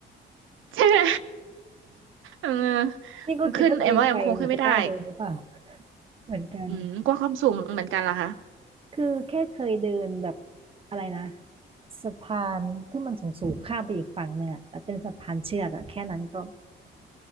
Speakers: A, on the right; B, on the right.
A: ใช่ไหมเออ
B: นี่ก็คิดว่าตัวเองไปเนี่ยจะกล้าเดินหรือเปล่า
A: มันขึ้นแอมว่าแอมคงขึ้นไม่ได้
B: <laughs> เหมือนกัน
A: อืมกลัวความสูงเหมือนกันล่ะคะ
B: คือแค่เคยเดินแบบอะไรนะสะพานที่มันสูงๆข้ามไปอีกฝั่งหนึ่งอะแต่เป็นสะพานเชือกอะแค่นั้นก็